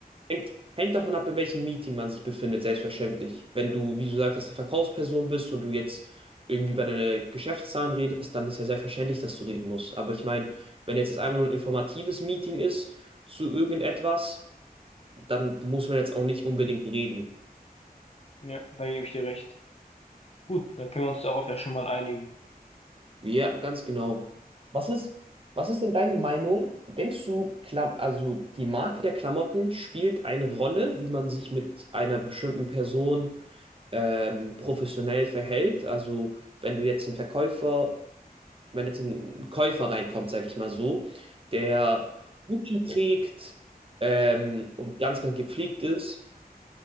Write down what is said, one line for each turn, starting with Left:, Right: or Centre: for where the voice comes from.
Right: hängt, hängt davon ab, in welchem Meeting man sich befindet, selbstverständlich. Wenn du, wie du sagst, dass du Verkaufsperson bist und du jetzt irgendwie bei deinen Geschäftszahlen redest, dann ist ja selbstverständlich, dass du reden musst. Aber ich meine, wenn jetzt das einfach nur ein informatives Meeting ist, zu irgendetwas, dann muss man jetzt auch nicht unbedingt reden.
Left: Ja, da gebe ich dir recht. Gut, dann können wir uns darauf ja schon mal einigen.
Right: Ja, ganz genau. Was ist, was ist denn deine Meinung? Denkst du, Klam also die Marke der Klamotten spielt eine Rolle, wie man sich mit einer bestimmten Person ähm, professionell verhält? Also wenn du jetzt einen Verkäufer, wenn jetzt ein Käufer reinkommt, sage ich mal so, der Gucci trägt ähm, und ganz, ganz gepflegt ist,